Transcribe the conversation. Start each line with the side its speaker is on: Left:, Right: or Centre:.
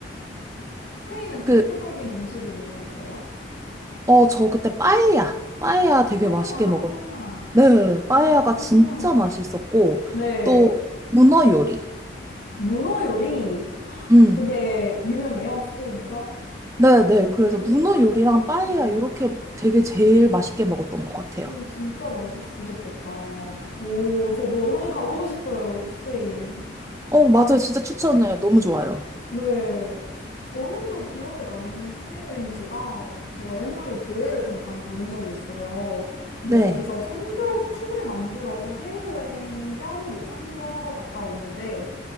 Left: <gasps> 스페인은 대표적인
Right: 그,
Left: 음식이 뭐가 있어요?
Right: 어, 저 그때 빠에야. 빠에야 되게
Left: 파에야.
Right: 맛있게 먹었. 네,
Left: 아,
Right: 빠에야가 진짜 맛있었고,
Left: 네.
Right: 또 문어 요리.
Left: 문어 요리.
Right: 음,
Left: 그게 유명해요, 스페인에서?
Right: 네, 네. 그래서
Left: 오,
Right: 문어 요리랑 빠에야 이렇게 되게 제일 맛있게 먹었던 것 같아요.
Left: 오, 진짜 맛있으셨겠다. 오, 저도 한번 가보고 싶어요, 스페인.
Right: 어,
Left: 저,
Right: 맞아요. 진짜 추천해요. 너무 좋아요.
Left: 네. 저는 또 기억에 남는 해외여행지가 제가 옛날에 교회를 잠깐 다닌 적이 있어요. 근데
Right: 네.
Left: 거기서 선교 팀을 만들어서 해외여행 겸 뭐 선교하러 갔다 오는데